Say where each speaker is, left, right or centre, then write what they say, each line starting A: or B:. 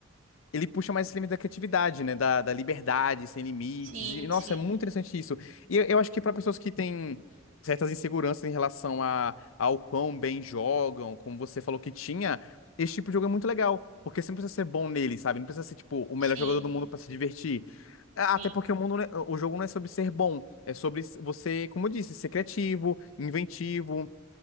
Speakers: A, on the left (about 75°); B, on the right (about 75°).
A: ele puxa mais esse limite da criatividade, né? Da, da liberdade, sem limites.
B: Sim,
A: E, nossa,
B: sim.
A: é muito interessante isso. E eu, eu acho que para pessoas que têm certas inseguranças em relação a, ao quão bem jogam, como você falou que tinha, esse tipo de jogo é muito legal. Porque você não precisa ser bom nele, sabe? Não precisa ser, tipo, o melhor
B: Sim,
A: jogador do mundo para se divertir. Até
B: sim.
A: porque o mundo, não é- o jogo não é sobre ser bom, é sobre você, como eu disse, ser criativo, inventivo,